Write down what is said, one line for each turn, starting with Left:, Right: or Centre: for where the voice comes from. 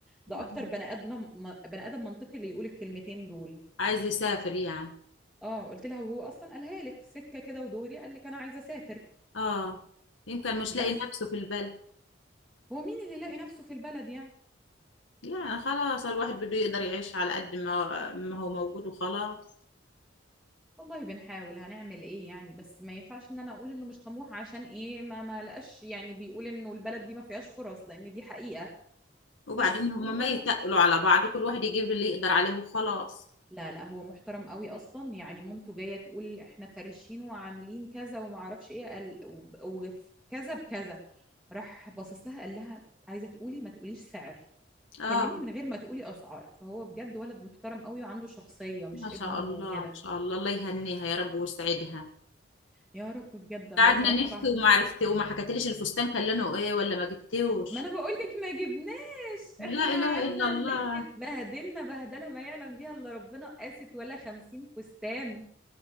Centre: ده اكتر
Left: آه.
Centre: بني ادم بني ادم منطقي اللي يقول الكلمتين دول
Left: عايز يسافر يعني
Centre: اه قلت لها وهو اصلا قالها لك سكه كده ودغري قال لك انا عايزه اسافر
Left: اه يمكن مش لاقي
Centre: بس
Left: نفسه في البلد
Centre: هو مين اللي لاقي نفسه في البلد يعني
Left: يعني خلاص الواحد بده يقدر يعيش على قد ما ما هو موجود وخلاص
Centre: والله بنحاول هنعمل ايه يعني بس ما ينفعش ان انا اقول انه مش طموح عشان ايه ما ما لقاش يعني بيقول انه البلد دي ما فيهاش فرص لان دي حقيقة
Left: وبعدين
Centre: بس
Left: هما
Centre: هو
Left: ما يتقلوا على بعض كل واحد يجيب اللي يقدر عليه وخلاص
Centre: لا لا هو محترم قوي اصلا يعني مامته جاية تقول احنا فرشين وعاملين كذا وما اعرفش ايه قال وب- وكذا بكذا راح باصص لها قال لها عايزة تقولي ما تقوليش سعر تتكلمي
Left: اه
Centre: من غير ما تقولي اسعار فهو بجد ولد محترم قوي وعنده شخصية مش
Left: ما شاء
Centre: ابن امه
Left: الله
Centre: وكده
Left: ما شاء الله الله يهنيها يا رب ويسعدها
Centre: يا رب بجد انا
Left: قعدنا
Centre: بصراحة
Left: نحكي وما عرفت إيه، وما حكتليش الفستان كان لونه ايه ولا ما جبتوش
Centre: ما انا بقولك ما جبناش
Left: لا
Centre: احنا
Left: اله
Centre: قعدنا
Left: الا الله
Centre: نلف اتبهدلنا بهدله ما يعلم بيها الا ربنا قاست ولا خمسين فستان